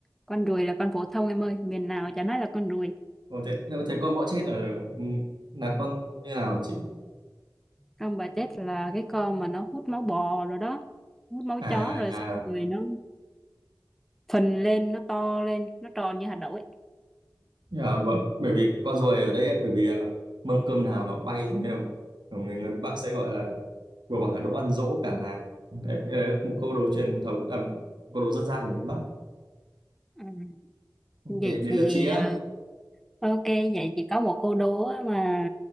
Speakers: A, in the centre; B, on the right.
A: con ruồi là con phổ thông em ơi, miền nào chả nói là con ruồi.
B: Ồ, thế, nếu thế con bọ chết ở ừ, là con như nào chị?
A: Trong bà chết là cái con mà nó hút máu bò rồi đó, hút máu
B: À,
A: chó rồi xong
B: à,
A: rồi nó phình lên, nó to lên, nó tròn như hạt đậu ấy.
B: à, vâng. bởi vì con ruồi ở đây ấy, bởi vì à, mâm cơm nào nó bay nên là ở mình người Bắc sẽ gọi là vừa bằng hạt đỗ ăn dỗ cả làng. Đấy, đấy là một câu đố truyền thống, à, một câu đố dân gian của miền Bắc.
A: Ừ.
B: Ok,
A: Vậy
B: đến
A: chị,
B: lượt chị á,
A: à, ok, vậy chị có một cô đố á mà